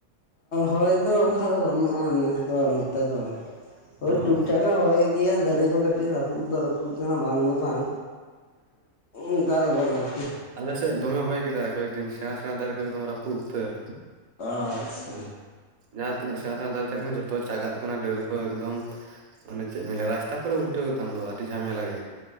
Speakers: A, on the left; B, on the right.
A: ᱦᱚᱭ ᱫᱚ ᱚᱱᱠᱟ ᱫᱚ ᱵᱟᱹᱱᱩᱜᱼᱟ ᱱᱮᱥ ᱫᱚ ᱱᱚᱛᱮ ᱫᱚ ᱦᱳᱭ,
B: ᱚ
A: ᱴᱩᱠᱴᱷᱟᱠ
B: ᱚ
A: ᱜᱮ ᱦᱚᱭ ᱜᱮᱭᱟ ᱫᱟᱨᱮ ᱠᱚ ᱠᱟᱹᱴᱤᱡ ᱨᱟᱹᱯᱩᱫ ᱫᱚ ᱨᱟᱹᱯᱩᱫ ᱠᱟᱱᱟ ᱵᱟᱝ ᱫᱚ ᱵᱟᱝ ᱚᱱᱠᱟ ᱫᱚ ᱵᱟᱝ ᱟᱨᱠᱤ᱾
B: ᱟᱞᱮ ᱥᱮᱫ ᱫᱚᱢᱮ ᱦᱚᱭ ᱠᱮᱫᱟᱭ ᱠᱚᱭᱮᱠ ᱫᱤᱱ ᱥᱮᱬᱟ ᱥᱮᱬᱟ ᱫᱟᱨᱮ ᱠᱚ ᱮᱠᱫᱚᱢ ᱨᱟᱹᱯᱩᱫ ᱩᱛᱟᱹᱨ᱾
A: ᱟᱪᱪᱷᱟ
B: ᱡᱟᱦᱟᱸ ᱛᱤᱱᱟᱹᱜ ᱥᱮᱬᱟ ᱥᱮᱬᱟ ᱫᱟᱨᱮ ᱛᱟᱦᱮᱸ ᱠᱟᱱᱟ ᱡᱚᱛᱚ ᱪᱟᱜᱟᱜ ᱠᱟᱱᱟ ᱰᱟᱹᱨ ᱠᱚ ᱮᱠᱫᱚᱢ ᱚᱱᱮ ᱪᱮᱫ ᱵᱮᱤᱱ ᱞᱟᱹᱭᱟ ᱨᱟᱥᱛᱟ ᱠᱚᱨᱮ ᱩᱞᱴᱟᱹᱣ ᱠᱷᱟᱱ ᱫᱚ ᱟᱹᱰᱤ ᱡᱷᱟᱢᱮᱞᱟ ᱜᱮ᱾